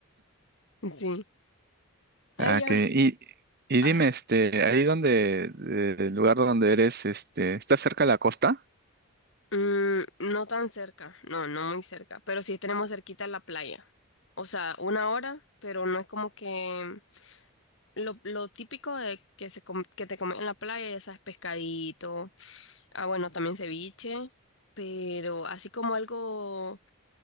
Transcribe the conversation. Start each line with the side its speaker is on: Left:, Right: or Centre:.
Left: <laughs> Sí. Ay,
Right: Ah,
Left: ya
Right: que,
Left: ver.
Right: y, y
Left: Ah.
Right: dime, este, ahí donde, eh, el lugar donde eres, este, ¿está cerca de la costa?
Left: Mm, no tan cerca, no, no muy cerca, pero sí tenemos cerquita la playa. O sea, una hora, pero no es como que lo, lo típico de que, se com- que te comen en la playa, ya sabes, pescadito. Ah, bueno, también ceviche, pero así como algo